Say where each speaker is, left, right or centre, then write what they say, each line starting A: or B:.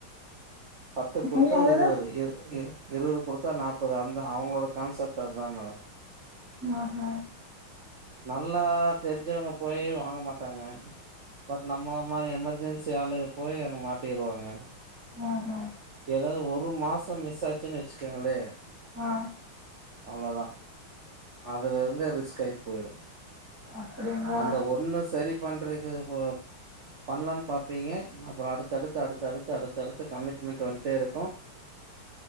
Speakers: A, on the right; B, on the right.
A: பத்து குடுத்தா
B: ஏ அதுதா
A: இருவது இ இ இருவது குடுத்தா நாப்பது அந்த அவங்களோட கான்சப்ட் அதா மேடம்
B: மா ஆ
A: நல்லா தெரிஞ்சவங்க போய் வாங்க மாட்டாங்க பட் நம்மள மாரி எமெர்ஜென்ஸ் டியாளு போயி அங்க மாட்டிருவாங்க
B: ஆஹா
A: ஏதாது ஒரு மாசம் மிஸ் ஆச்சுன்னு வச்சுக்குங்களே
B: ஆ
A: அவ்ளதா அதுலருந்தே ரிஸ்க் ஆயி போயிரு
B: அப்டிங்களா
A: அந்த ஒண்ணு சரி பண்றக்கு போப் பண்ணலான் பாப்பீங்க அப்ரோ அடுத்து அடுத்து அடுத்து அடுத்து அடுத்து அடுத்து கமிட்மெண்ட் டு்வெல்த்தேருக்கு